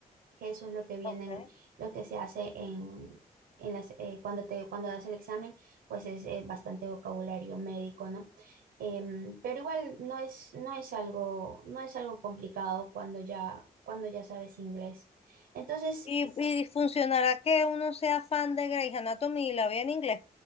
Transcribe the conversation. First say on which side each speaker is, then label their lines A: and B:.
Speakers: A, on the right; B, on the left.
A: eso es lo que vienen,
B: Ok.
A: lo que se hace en, en las, eh, cuando te, cuando das el examen, pues es eh, bastante vocabulario médico, ¿no? Em, pero igual no es, no es algo, no es algo complicado cuando ya, cuando ya sabes inglés. Entonces,
B: Y,
A: es-
B: y funcionará que uno sea fan de Grey's Anatomy y la vea en inglés.